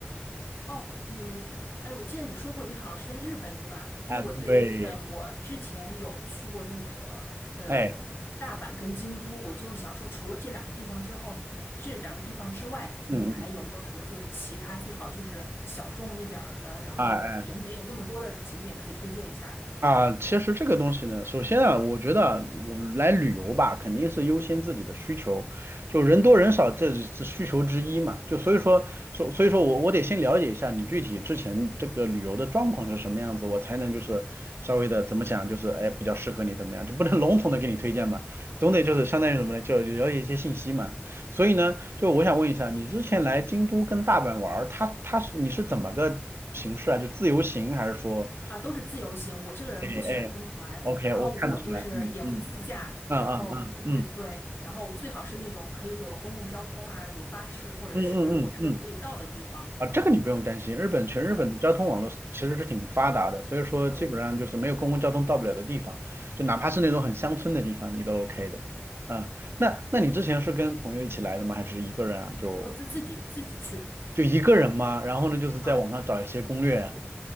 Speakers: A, on the left; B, on the right.
A: 哦，你，哎，我记得你说过你好像是在日本，对吧？所以我对日本，
B: 哎，对，
A: 我之前有去过那个呃大阪跟京都，
B: 哎，
A: 我就是想说，除了这两个地方之后，嗯这两个地方之外，
B: 嗯嗯，
A: 你还有没有什么就是其他最好就是小众一点儿的，然后人没有那么多的景点可以推荐一下的？
B: 啊，啊，其实这个东西呢，首先啊，我觉得啊我来旅游吧，肯定是优先自己的需求，就人多人少，这是需求之一嘛。就所以说，所所以说我我得先了解一下你具体之前这个旅游的状况是什么样子，我才能就是稍微的怎么想，就是哎比较适合你怎么样，就不能笼统的给你推荐嘛，总得就是相当于什么呢，就了解一些信息嘛。所以呢，就我想问一下，你之前来京都跟大阪玩儿，它它是你是怎么个形式啊？就自由行还是说？
A: 啊，都是自由行。我这个人不喜欢跟团，
B: 哎哎 OK，
A: 然后我就是也不自驾，
B: 我看得出来，嗯嗯嗯嗯嗯嗯
A: 然后呃对，然后最好是那种可以有公共交通啊，有巴士或者是火车可以到的地方。
B: 嗯嗯嗯嗯啊，这个你不用担心，
A: 嗯，
B: 日本全日本的交通网络是其实是挺发达的，
A: 呃
B: 所以说基本上就是没有公共交通到不了的地方，
A: 嗯，
B: 就哪怕是那种很乡村的地方，你都 OK 的。啊，那那你之前是跟朋友一起来的吗？还是一个人啊？就
A: 我自自己自己去
B: 就一个人吗？然后呢，就是在网上找一些攻略啊，
A: 啊